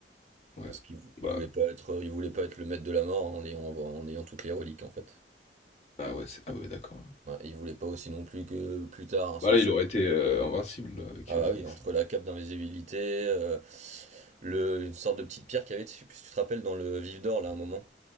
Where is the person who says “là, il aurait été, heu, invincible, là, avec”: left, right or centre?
Left